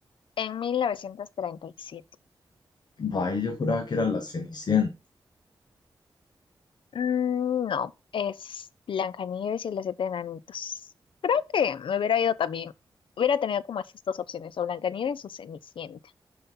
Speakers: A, on the left; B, on the left.
A: en 1937.
B: Vaya, yo juraba que era la Cenicienta.
A: Mm, no, es Blancanieves y los siete enanitos. Creo que me hubiera ido también. Hubiera tenido como esas dos opciones, o Blancanieves o Cenicienta.